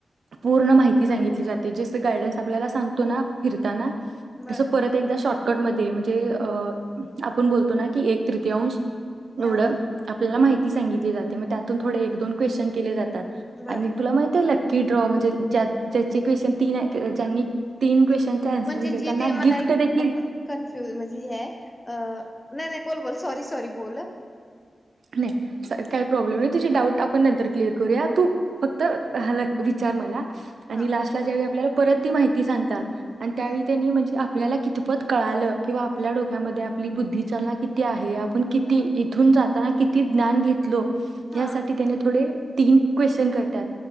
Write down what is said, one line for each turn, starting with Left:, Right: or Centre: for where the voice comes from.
Right: पूर्ण माहिती सांगितली जाते. जसे गायडन्स आपल्याला सांगतो ना फिरताना.
Left: बर
Right: तस परत एकदा शॉर्ट. कट मध्ये. म्हणजे अ आपण बोलतो ना की एक तृतीअंश. एवढं
Left: हा हा
Right: आपल्याला माहिती. ती सगितली जाते. मग त्यातून थोडे एक-दोन क्वेशन केले जातात.
Left: बर
Right: आणि तुला माहित आहे ल की ड्रॉ म्हणजे ज ज्याची क्वेशन तीन आहेत ज्यांनी तीन क्वेश्चनचे
Left: ह्
Right: आन्सर
Left: म्हणजे
Right: दिले
Left: जेथे
Right: त्यांना
Left: मला
Right: गिफ्ट
Left: एक
Right: देखील
Left: कन्फ्युज म्हणजे हे आहे. नाही-नाही बोल-बोल. सॉरी-सॉरी बोल.
Right: नाही काही प्रॉब्लेम नाही तुझ डाऊट आपण नंतर. क्लेअर करूया तू फक्त. लकी. विचार मला. आणि
Left: हा
Right: लास्टला ज्यावेळी आपल्याला. परत ती माहिती सांगतात. आणि त्यावेळी
Left: हा
Right: त्यांनी म्हणजे आपल्याला कितपत कळालं किंवा आपल्या डोक्यामध्ये आपली बुद्धी चालना किती आहे. पण किती
Left: हा
Right: इथून जात किती ज्ञान घेत घेतलो
Left: हा
Right: ह्यासाठी त्याने थोडे. तीन क्वेश्चन कर त्यात